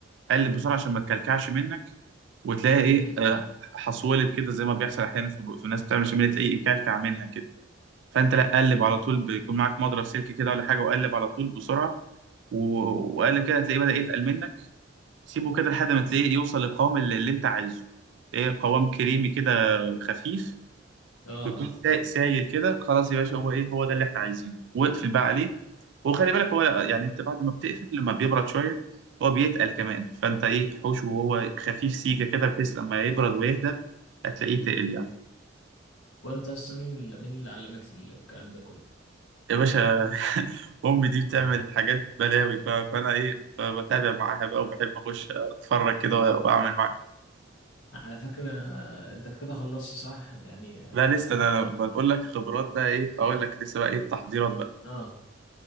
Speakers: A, on the right; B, on the left.
A: قلب بسرعه عشان ما تكلكعش منك وتلاقي ايه
B: امم
A: آه، حصولت كده زي ما بيحصل احيانا في في الناس بتعمل شمال تلاقيه يكلكع منها كده فانت لا قلب على طول بيكون معاك مضرب سلك كده ولا حاجه وقلب على طول بسرعه و- وقلب كده هتلاقيه بدا يتقل منك سيبه كده لحد ما تلاقيه يوصل للقوام اللي, اللي انت عايزه ايه قوام كريمي كده خفيف
B: اه آه.
A: ويكون سا- سايل كده خلاص يا باشا هو ايه هو ده اللي احنا عايزينه واقفل بقى عليه وخلي بالك هو يعني انت بعد ما بتقفل لما بيبرد شويه هو بيتقل كمان فانت ايه حوشه وهو خفيف سيكه كده بحيث لما يبرد ويهدى هتلاقيه تقل يعني
B: وانت اصلا مين اللي مين اللي علمك الكلام ده كله
A: يا باشا <laughs> امي دي بتعمل
B: <laughs>
A: حاجات بلاوي ف- فانا ايه بتابع معاها بقى وبحب اخش اتفرج كده واعمل معاها
B: على فكرة آه، انت كده خلصت صح يعني اه,
A: لا لسه انا بقول لك خبرات بقى ايه اقول لك لسه بقى ايه التحضيرات بقى
B: آه.